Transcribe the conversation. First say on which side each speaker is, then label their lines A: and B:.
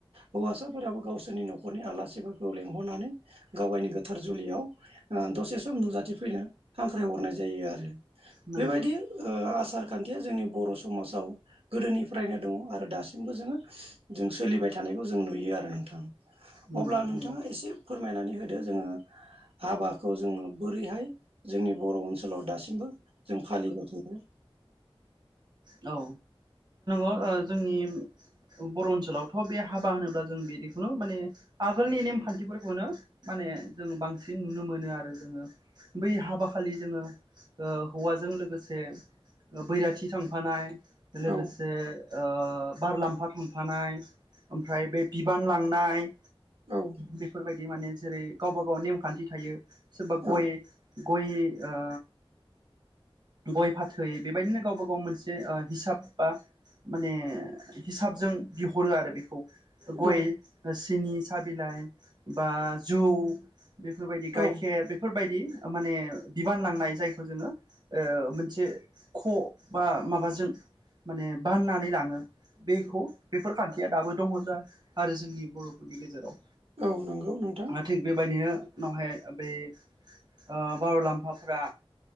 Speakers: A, on the right; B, on the right.
A: हौवासाफोराबो गावसोरनि न'खरनि आलासिफोरखौ लेंहरनानै गावायनि गोथार जुलियाव आ दसे सम नुजाथिफैनो हांख्राय हरनाय जायो आरो।
B: नंगौ
A: बेबायदि ओ आसार खान्थिया जोंनि बर' समाजाव गोदोनिफ्रायनो दङ' आरो दासिमबो जोङो जों सोलिबाय थानायखौ जों नुयो आरो नोंथां।
B: उम
A: अब्ला नोंथाङा
B: नंगौ
A: एसे फोरमायनानै होदो जोङो हाबाखौ जोङो बोरैहाय जोंनि बर' ओनसोलाव दासिमबो जों फालिबाय थादों।
B: औ। ओ-ओ जोंनि- बर' ओनसोलावथ' बे हाबा होनोब्ला जों बिदिखौनो माने आगोलनि नेमखान्थिफोरखौनो। माने जों बांसिन नुनो मोनो आरो जोङो। बै हाबा खालि जोङो ओ हौवाजों लोगोसे बैराथि थांफानाय लोगोसे
A: औ
B: ओ बार लामफा थांफानाय ओमफ्राय बे बिबान लांनाय।
A: औ
B: बेफोरबायदि माने जेरै गावबा गाव नेमखान्थि थायो सोरबा गय
A: औ
B: गय आ गय फाथै बेबायदिनो गावबा गाव मोनसे हिसाब बा माने हिसाबजों बिहरो आरो बेखौ
A: औ
B: गय। सिनि, सा बिलाइ, बा जौ बेफोरबायदि गाइखेर
A: औ
B: बे बफोरबायदि माने बिबान लांनाय जायखौ जोङो ओ मोनसे ख बा माबाजों माने बाननानै लाङो बेखौ बेफोर खान्थिया दाबो दङ जा आरो जोंनि बर'फोरनि गेजेराव।
A: औ नंगौ नोंथां।
B: थिग बेबायदिनो उनावहाय बै ओ बार'लाम्फाफोरा